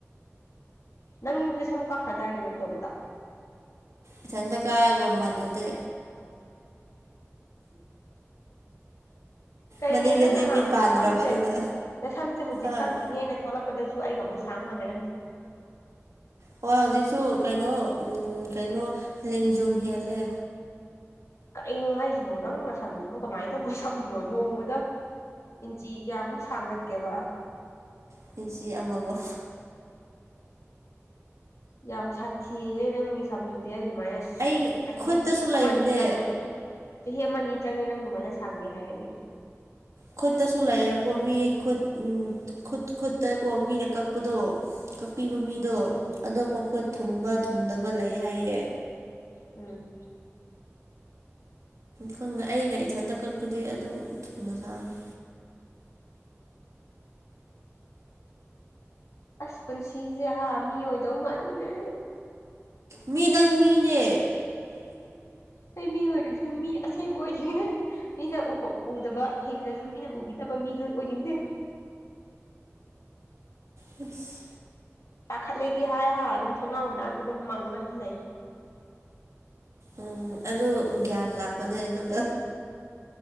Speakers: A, on the left; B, on the right.
A: ꯅꯪꯗꯤ ꯁꯨꯝ ꯀꯛꯈ꯭ꯔꯗꯥꯏꯔꯤꯅꯦ ꯇꯇꯣꯝꯇ
B: ꯏꯊꯟꯇꯀꯥꯒ ꯃꯥꯟꯅꯗꯦ
A: ꯀꯩꯒꯤꯅꯪ
B: ꯃꯅꯤꯡꯗꯗꯤ
A: ꯅꯍꯥꯟ
B: ꯃꯤꯠ ꯄꯥꯟꯗ꯭ꯔꯕꯅꯤꯅ
A: ꯅꯁꯝꯁꯦ ꯅꯁꯝꯁꯦ ꯍꯧꯖꯤꯛ
B: ꯑꯥ
A: ꯀꯛꯈꯤꯅꯤꯅ ꯊꯣꯛꯣꯠꯂꯛꯄꯗꯁꯨ ꯑꯩꯒ ꯑꯃꯨꯛ ꯁꯥꯡ ꯃꯥꯟꯅꯔꯝꯅꯤ
B: ꯍꯣꯏ ꯍꯧꯖꯤꯛꯁꯨ ꯀꯩꯅꯣ ꯀꯩꯅꯣ ꯂꯦꯡꯖꯨꯝ ꯍꯦꯜꯂꯦ
A: ꯀ ꯍꯥꯏꯁꯤꯕꯣ ꯅꯪꯅ ꯁꯝꯁꯤꯕꯨ ꯀꯃꯥꯏꯅ ꯇꯧꯕ ꯁꯝꯅꯣ ꯅꯣꯡꯃꯗ ꯏꯟꯖꯤꯤ ꯀꯌꯥꯃꯨꯛ ꯁꯥꯡꯒꯠꯀꯦꯕ
B: ꯄꯨꯟꯁꯤ ꯑꯃ ꯑꯃ
A: ꯌꯥꯝ ꯁꯥꯊꯤꯍꯦ ꯅꯪ ꯁꯝꯗꯨꯗꯤ ꯑꯩ ꯑꯗꯨꯃꯥꯏꯅ ꯆꯍꯤ
B: ꯑꯩ ꯈꯨꯠꯇꯁꯨ
A: ꯑꯃꯅꯤꯅꯤ
B: ꯂꯩꯕꯅꯦ
A: ꯆꯪꯉꯦ ꯆꯍꯤ ꯑꯃ ꯑꯅꯤ ꯆꯪꯉꯤ ꯅꯪ ꯑꯗꯨꯃꯥꯏꯅ ꯁꯥꯥꯡꯒꯦ ꯍꯥꯏꯔꯗꯤ
B: ꯈꯨꯠꯇꯁꯨ ꯂꯩꯌꯦꯕꯀꯣ ꯃꯤ ꯈꯨꯠ ꯈꯨꯠ ꯈꯨꯠꯇꯀꯣ ꯃꯤꯅ ꯀꯛꯄꯗꯣ ꯀꯛꯄꯤꯕ ꯃꯤꯗꯣ
A: ꯎꯝ
B: ꯑꯗꯣ ꯃꯈꯣꯏꯠ ꯊꯨꯝꯕ
A: ꯎꯝ
B: ꯊꯨꯝꯗꯕ ꯂꯩ ꯍꯥꯏꯌꯦ
A: ꯎꯝ
B: ꯈꯪꯗꯦ ꯑꯩꯅ ꯏꯊꯟꯇ ꯀꯛꯄꯗꯤ ꯑꯗꯨꯝ ꯊꯨꯅ ꯁꯥꯡꯉꯤ
A: ꯑꯁ ꯄꯨꯟꯁꯤꯁꯦ ꯍꯥꯏ ꯃꯤ ꯑꯣꯏꯗꯧ ꯃꯥꯟꯗ꯭ꯔꯦ
B: ꯃꯤ ꯅꯪ ꯃꯤꯅꯦ
A: ꯑꯩ ꯃꯤ ꯑꯣꯏꯔꯁꯨ ꯃꯤ ꯁꯦꯡꯕ ꯑꯣꯏꯅꯤꯡꯉꯦ ꯃꯤꯅ ꯎꯗꯕ ꯍꯤꯡꯅꯁꯨ ꯃꯤꯅ ꯎꯕꯤꯗꯕ ꯃꯤ ꯂꯣꯏ ꯑꯣꯏꯅꯤꯡꯗꯦ
B: ꯈꯁ
A: ꯇꯥꯈꯠꯂꯦꯗꯤ ꯍꯥꯏ ꯍꯥ ꯑꯗꯨꯝ ꯊꯣꯡꯅꯥꯎ ꯃꯅꯥꯛꯇꯨ ꯑꯗꯨꯝ ꯃꯪꯉꯗꯤ ꯂꯩ
B: ꯎꯝ ꯑꯗꯨ ꯒ꯭ꯌꯥꯟ ꯂꯥꯛꯄꯅꯦ
A: ꯊꯕꯛꯇꯤ
B: ꯑꯗꯨ
A: ꯀꯩꯝ